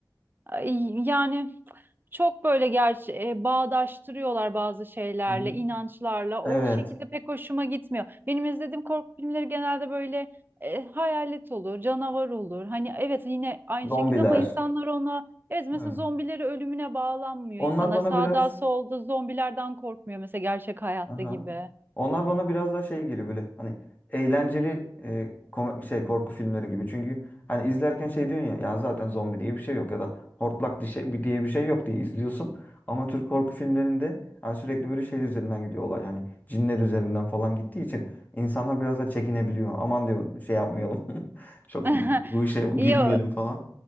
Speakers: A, on the right (about 25°); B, on the left (about 20°).
A: Ay, Yani çok böyle gerçi e, bağdaştırıyorlar bazı şeylerle,
B: Hı hı.
A: inançlarla.
B: Evet.
A: O şekilde pek hoşuma gitmiyor. Benim izlediğim korku filmleri genelde böyle e, hayalet olur, canavar olur. Hani evet yine aynı
B: Zombiler.
A: şekilde ama insanlar ona evet mesela
B: Hı.
A: zombileri ölümüne bağlanmıyor
B: Onlar
A: insanlar.
B: bana
A: Sağda
B: biraz
A: solda zombilerden korkmuyor mesela gerçek hayatta
B: Aha.
A: gibi.
B: Onlar bana biraz daha şey geliyor böyle hani eğlenceli e, kom- şey korku filmleri gibi. Çünkü hani izlerken şey diyorsun ya ya zaten zombi diye bir şey yok ya da hortlak diye şey, diye bir şey yok diye izliyorsun. Ama Türk korku filmlerinde hani sürekli böyle şey üzerinden gidiyor olay. Hani cinler üzerinden falan gittiği için insanlar biraz da çekinebiliyor. Aman diyor şey yapmayalım. <laughs> Çok
A: <laughs>
B: bu işe
A: Ya
B: girmeyelim falan.